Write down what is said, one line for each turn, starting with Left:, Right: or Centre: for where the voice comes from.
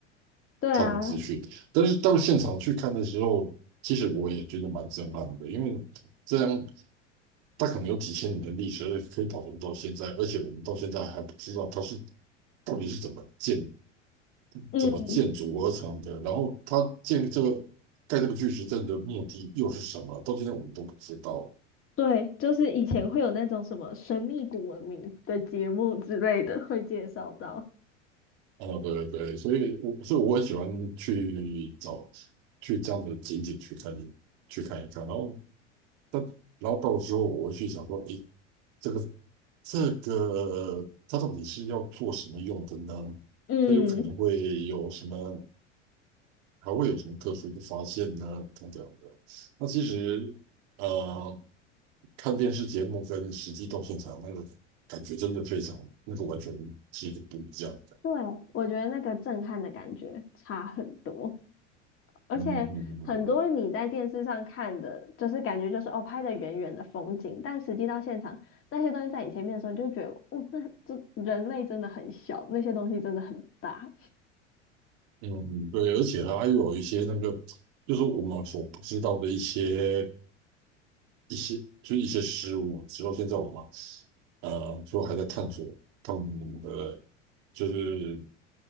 Left: 对啊，
Right: 看的资讯，但是到现场去看的时候，其实我也觉得蛮震撼的，因为这样。它可能有几千年的历史，而且可以保存到现在，而且我们到现在还不知道它是到底是怎么建、
Left: 嗯，
Right: 怎么建筑而成的，然后它建这个盖这个巨石阵的目的又是什么，到现在我们都不知道。
Left: 对，就是以前会有那种什么神秘古文明的节目之类的，会介绍到。
Right: 啊，对对对，所以我所以我很喜欢去找去这样的景点去看一去看一看，然后但然后到时候我会去想说，诶，这个这个它到底是要做什么用的呢？
Left: 嗯，
Right: 它有可能会有什么还会有什么特殊的发现呢？等等的。那其实，呃，看电视节目跟实际到现场那个感觉真的非常，那个完全是不一样的。
Left: 对，我觉得那个震撼的感觉差很多。而且很多你在电视上看的，
Right: 嗯嗯嗯
Left: 就是感觉就是哦拍的远远的风景，但实际到现场那些东西在你前面的时候，你就觉得哦，那这人类真的很小，那些东西真的很大。
Right: 嗯，嗯对，而且它还有一些那个，就是说我们所不知道的一些一些，就一些事物，直到现在我们呃，说还在探索他们的，就是